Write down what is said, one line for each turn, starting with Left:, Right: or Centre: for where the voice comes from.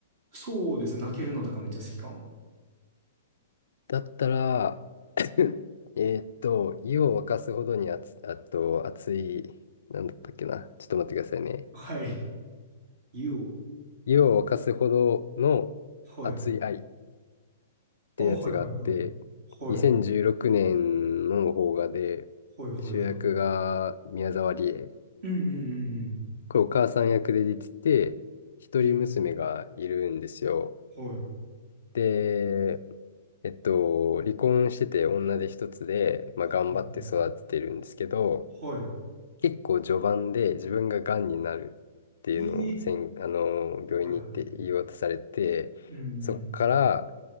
Right: そうですね。泣けるのとかめっちゃ好きかも。
Left: だったら、<laughs> えーっと、湯を沸かすほどに熱、あと熱い、なんだったっけな。ちょっと待ってくださいね。
Right: はい。ユオ。
Left: 湯を沸かすほどの熱い愛っ
Right: はい。あ、
Left: てやつがあって、
Right: はいはいはい。はい。
Left: 2016年の邦画で、
Right: はいはいはい。
Left: 主役が宮沢りえ。
Right: うんうんうん
Left: これお母さん役で出てて、一人娘がいるんですよ。
Right: うん。え、はい。は
Left: で、えっと、離婚してて女手一つで、まあ、
Right: いは
Left: 頑張って育ててるんですけど、
Right: い。は
Left: 結構序盤で自分ががんになるっていうのをせん、
Right: い。ええ
Left: あの、病院に行って言い渡されて、
Right: はいはい。うんうん
Left: そっから、